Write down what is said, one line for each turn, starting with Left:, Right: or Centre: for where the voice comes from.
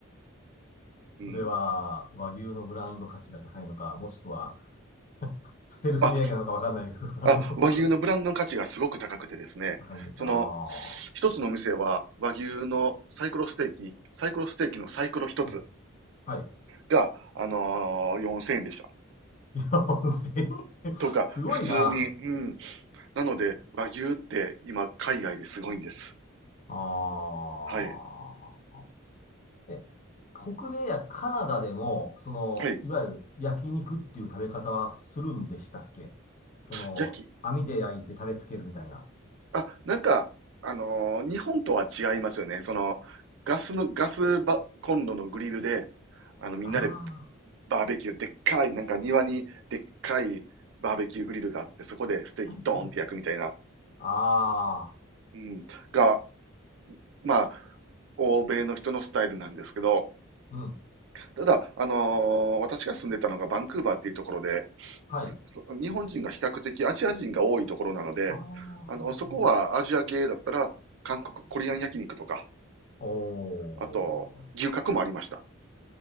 Right: うん。
Left: それは、和牛のブランド価値が高いのか、もしくは、<laughs> ステルス値上げなのかわかんないですけど、
Right: あ、あ、
Left: あの
Right: 和牛のブランドの価値がすごく高くてですね、
Left: <laughs> 高いんですああ。
Right: その、一つのお店は和牛のサイコロステーキ、サイコロステーキのサイコロ一つ
Left: はい。はい。
Right: が、あのー4000円でした。
Left: いや、4000円。すごいな。
Right: とか、普通に、うん。なので、和牛って今、海外ですごいんです。
Left: ああ。
Right: はい。
Left: え、北米やカナダでも、その、
Right: はい。
Left: いわゆる焼肉っていう食べ方はするんでしたっけその、
Right: 焼き、
Left: 網で焼いてタレつけるみたいな。
Right: あ、なんか、あのー日本とは違いますよね。その、ガスの、ガスばコンロのグリルで、あの、みんなで
Left: あ
Right: バーベキュー、でっかい、なんか庭にでっかいバーベキューグリルがあって、そこでステーキドーンって焼くみたいな、
Left: あ、はいはいはい。ああ、
Right: うん、が、まあ、欧米の人のスタイルなんですけど、
Left: うん。
Right: ただ、あのー私が住んでたのがバンクーバーっていうところで、
Left: はい。
Right: そ日本人が比較的アジア人が多いところなので、
Left: ああ、はいはい。
Right: あの、そこはアジア系だったら、韓国コリアン焼肉とか、
Left: おー。
Right: あと、牛角もありました。